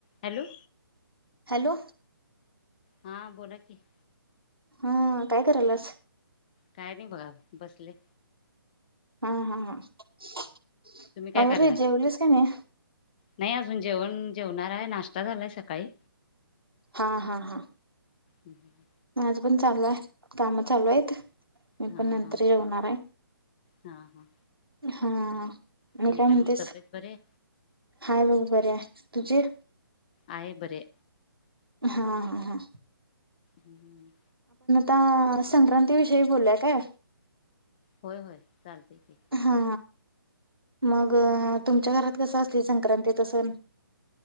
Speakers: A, on the left (about 25°); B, on the right (about 85°).
A: Hello
B: hello
A: हा बोला की
B: हम काय करालस
A: काय नाही बघा बसले
B: हा हा हा होे
A: तुम्ही काय
B: आवरल
A: करलाय
B: जेवलस काणे
A: नाही अजून जेवण जेवणार आहे नाश्ता झालाय सकाळी
B: हा हा हा
A: हम्म.
B: आज पण चालूय काम चालू आहेत मी
A: हा
B: पण नंतर
A: हा
B: जवणार आहे
A: हा हा
B: हा मी
A: आणि
B: काय म्हणतेस
A: मग तब्येत बरे आहे?
B: हाय बघ बर आहे तुझे
A: आहेय बरे
B: हा हा हा
A: हम्म
B: आ संक्रांती विषयी बोलल्या काय
A: होय होय चालतंय की
B: हा मग तुमच्या घरात कस असतय संक्रांतीचा सण